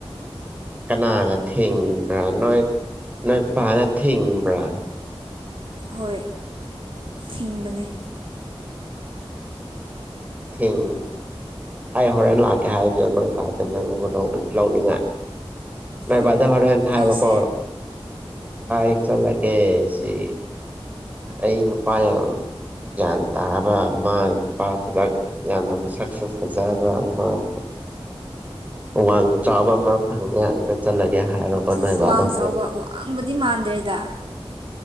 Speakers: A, on the right; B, on the right.
A: ꯀꯅꯥꯅ ꯊꯤꯡꯕ꯭ꯔꯥ ꯅꯣꯏ ꯅꯣꯏ ꯄꯅ ꯊꯤꯡꯕ꯭ꯔꯥ
B: ꯍꯣꯏ ꯊꯤꯡꯕꯅꯦ
A: ꯊꯦꯡ ꯑꯩ ꯍꯣꯔꯦꯟ ꯂꯥꯛꯀꯦ ꯍꯥꯏꯕꯤ ꯅꯪꯚꯥꯎꯗ ꯅꯪꯕꯨ ꯂꯧꯅꯤꯡꯉꯥꯏ
B: ꯎꯝ
A: ꯃ ꯖ ꯍꯔꯦꯟ ꯍꯥꯏꯔꯣꯀꯣ
B: ꯅꯣꯛꯁꯦ
A: ꯏꯛ ꯆꯂꯒꯦꯁꯤ ꯑꯩꯩꯅ ꯄꯥꯏꯝ ꯒ꯭ꯌꯥꯟ ꯇꯥꯕ ꯃ ꯏꯄꯥ ꯐꯖꯛ ꯌꯥꯝꯅ ꯃꯁꯛ ꯐꯖꯕ ꯑꯃ <unintelligible> ꯋꯥꯡ ꯆꯥꯎꯥꯕ ꯑꯃ ꯐꯪꯉꯦ ꯑꯗꯨꯗ ꯆꯠꯂꯒꯦ ꯍꯥꯏꯔꯣꯀꯣ
B: ꯁꯤꯁ
A: ꯅꯣꯏ ꯕꯥꯗ
B: ꯋꯥꯡ
A: ꯍꯣꯔꯦꯟ
B: ꯆꯥꯎꯕ ꯋꯥꯡꯕꯗꯤ ꯃꯥꯟꯗ꯭ꯔꯦꯗ